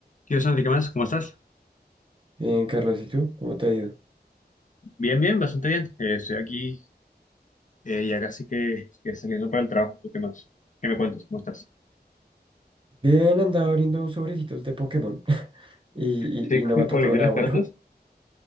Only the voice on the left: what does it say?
¿Qué onda, Santi? ¿Qué más? ¿Cómo estás?
Bien, bien, bastante bien. Eh, estoy aquí eh, ya casi que, que saliendo para el trabajo. ¿Tú qué más? ¿Qué me cuentas? ¿Cómo estás?
Sí,
co-
coleccionas
cartas.